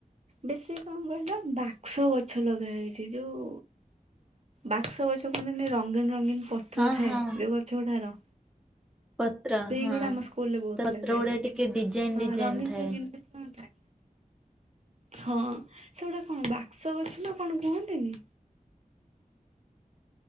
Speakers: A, on the right; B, in the centre.
A: ବେଶୀ କଣ କହିଲ ବାକ୍ସ ଗଛ ଲଗା ହେଇଛି। ଯୋଉ ବାକ୍ସ ଗଛ କୁହନ୍ତିନି, ରଙ୍ଗୀନ ରଙ୍ଗୀନ ପତ୍ର
B: ହଁ
A: ଥାଏ
B: ହଁ
A: ଯୋଉ ଗଛ ଗୁଡାର।
B: ପତ୍ର
A: ସେଇଗୁଡା
B: ହଁ
A: ଆମ ସ୍କୁଲରେ ବହୁତ
B: ତା ପତ୍ର
A: ଲଗା
B: ଗୁଡା
A: ହେଇଛି,
B: ଟିକେ ଡିଜାଇନ
A: ହଁ
B: ଡିଜାଇନ
A: ରଙ୍ଗୀନ୍
B: ଥାଏ।
A: ରଙ୍ଗୀନ୍ ଫୁଲ ହୁଅନ୍ତା ହଁ ସେଗୁଡ଼ା କଣ ବାକ୍ସ ଅଛି ନା କଣ କୁହନ୍ତିନି?